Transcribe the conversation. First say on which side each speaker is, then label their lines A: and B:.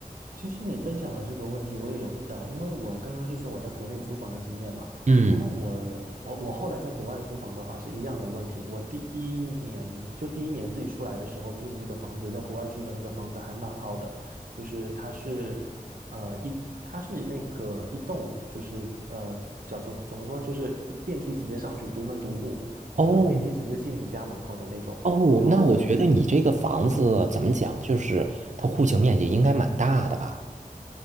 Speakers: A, on the right (about 70°); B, on the right (about 55°).
A: 其实你分享的这个问题我也有遇到，因为我刚刚是说我在国内租房的经验嘛，
B: 嗯，
A: 然后我我我后来在国外租房的话是一样的问题。我第一年就第一年自己出来的时候租的那个房子，在国外租的那个房子还蛮好的，就是它是呃一它是那个一栋就是呃叫做怎么说就是电梯直接上去独门独户，
B: 哦。
A: 呃电梯直接进你家门口的那种。
B: 哦，
A: 然后
B: 那我觉得你这个房子怎么讲，就是它户型面积应该蛮大的吧？